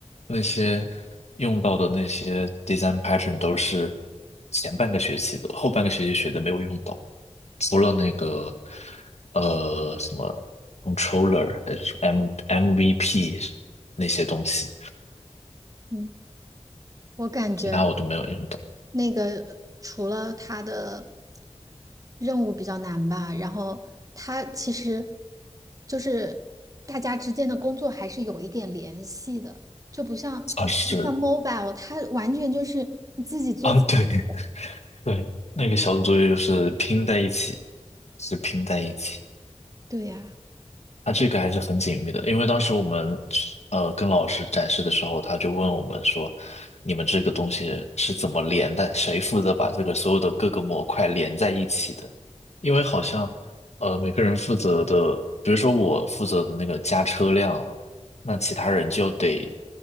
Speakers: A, on the left; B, on the right.
A: 那些用到的那些 design pattern 都是前半个学期的，后半个学期学的没有用到。除了那个呃什么 controller 还是什么 M MVP 那些东西，
B: 嗯，我感觉
A: 其他我都没有用到。
B: 那个除了它的任务比较难吧，然后它其实就是大家之间的工作还是有一点联系的，就不像
A: 啊是
B: 像 mobile，它完全就是你自己做自己。
A: 啊，对 <laughs> 对，那个小组作业就是拼在一起，是拼在一起。
B: 对呀、
A: 他这个还是很紧密的，因为当时我们呃跟老师展示的时候，他就问我们说，你们这个东西是怎么连的？谁负责把这个所有的各个模块连在一起的？因为好像呃每个人负责的，比如说我负责的那个加车辆，了，那其他人就得